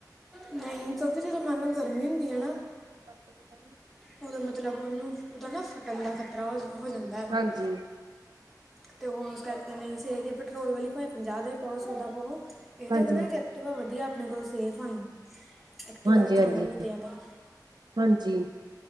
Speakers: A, in the centre; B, on the right.
A: ਨਹੀਂ ਕਿਉਂਕਿ ਜਦੋਂ ਮੰਨ ਲਓ ਗਰਮੀ ਹੁੰਦੀ ਹੈ ਨਾ
B: <inaudible> <unintelligible>
A: ਉਹਦੋ ਮਤਲਬ ਉਹਨੂੰ ਦਾ ਨਾ ਫੱਟਣ ਦਾ ਖਤਰਾ ਹੋ ਜਾਂਦਾ ਹੇਗਾ
B: ਹਾਂਜੀ
A: ਅਤੇ ਉਹ ਉਸ ਕਰਕੇ ਨਹੀਂ ਸੀ ਹੈਗੀ ਪੈਟਰੋਲ ਵਾਲੀ ਭਾਂ ਪੰਜਾਹ ਦੇ ਪਾਓ ਸੌਦਾ ਪਾਓ ਇਹਦੇ
B: ਹਾਂਜੀ
A: ਕ ਨਾ ਇਕੈਕਟਿਵਾ ਵਧੀਆ ਆਪਣੇ ਕੋਲੋਂ ਸੇਫ ਆਈ ਐਕਟਿਵਾ
B: ਹਾਂਜੀ
A: ਦੇ ਚਲਾਉਣ
B: ਹਾਂਜੀ
A: ਵੀ ਦਿਆਂ ਤਾਂ
B: ਹਾਂਜੀ